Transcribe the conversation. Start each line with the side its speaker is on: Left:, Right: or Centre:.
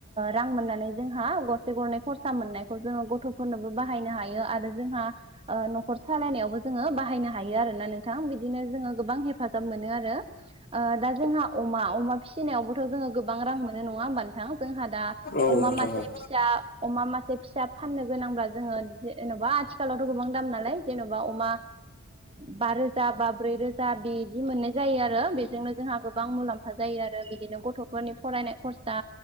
Right: रां मोननानै जों जों गरसे गरनै खरसा मोननायखौ जोङो गथ'फोरनोबो बाहायनो हायो आरो जोंहा न'खर सालायनायावबो जोङो बाहायनो हायो आरोना नोंथां बिदिनो जोङो गोबां हेफाजाब मोनो आरो। ओ दा जोंहा अमा अमा फिसिनायावबोथ' जोङो गोबां रां मोनो नङा होमबा नोंथां जोंहा दा
Left: औ
Right: अमा
Left: नोंथां
Right: मासे
Left: औ।
Right: फिसा अमा मासे फिसा फाननो गोनांब्ला जोङो जेन'बा आथिखालावथ' गोबां दाम नालाय जेन'बा अमा बा रोजा बा ब्रै रोजा बिदि मोननाय जायो आरो बेजोंनो जोंहा गोबां मुलाम्फा जायो आरो बिदिनो गथ'फोरनि फरायनाय खरसा